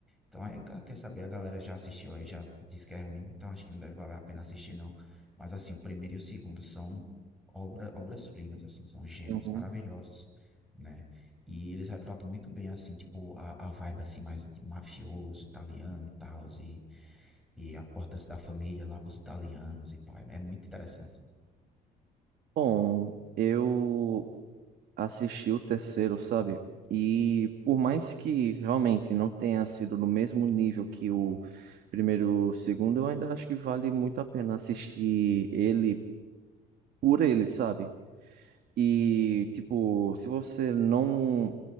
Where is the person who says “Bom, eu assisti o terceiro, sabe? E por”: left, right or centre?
Right